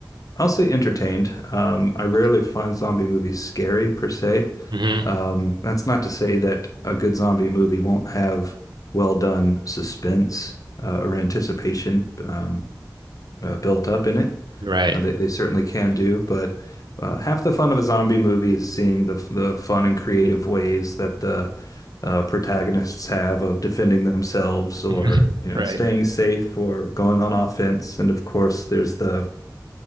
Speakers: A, on the left; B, on the right.
A: I'll say entertained. Um, I rarely
B: Okay.
A: find zombie movies scary per se.
B: hmm
A: Um, that's not to say that a good zombie movie won't have well done suspense uh, or anticipation um, uh, built up in it.
B: Right.
A: Uh, they, they certainly can do, but uh, half the fun of a zombie movie is seeing the the fun and creative ways that the uh, protagonists have of defending themselves or
B: <laughs>
A: you know
B: Right.
A: staying safe or going on offense. And of course, there's the